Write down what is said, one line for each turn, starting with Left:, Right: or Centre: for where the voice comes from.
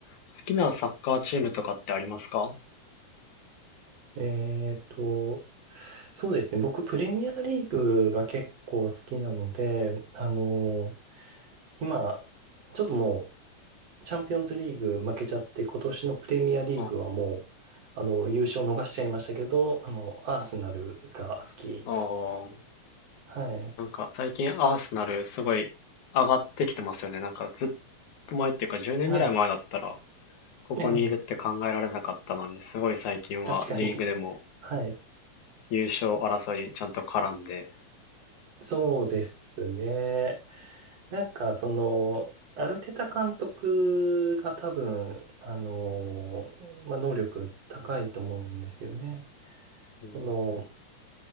Left: 好きなサッカーチームとかってありますか
Right: えーと、そうですね。僕、プレミアリーグが結構好きなので、あの、今、ちょっともう、チャンピオンズリーグ負けちゃって、今年のプレミアリーグはもう、
Left: あ
Right: あの、優勝逃しちゃいましたけど、あの、アーセナルが好きですね。
Left: あー、
Right: はい。
Left: なんか最近アーセナルすごい上がってきてますよね。なんかずっと前っていうか10年ぐらい前だったら
Right: はい。
Left: ここにいるって考えられなかったのに、
Right: ええ、
Left: すごい最近はリーグでも
Right: 確かに。<laughs> はい。
Left: 優勝争いにちゃんと絡んで。
Right: そうですね。なんか、その、アルテタ監督が多分、あのまあ、能力高いと思うんですよね。
Left: うん、
Right: その、